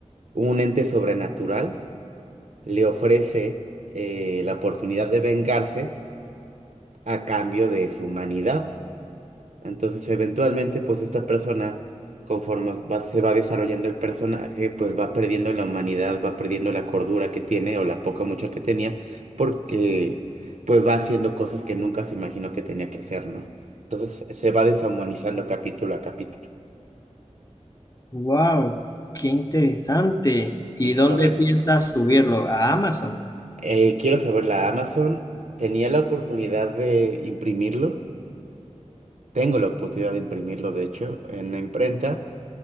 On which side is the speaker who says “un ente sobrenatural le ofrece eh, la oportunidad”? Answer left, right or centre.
Right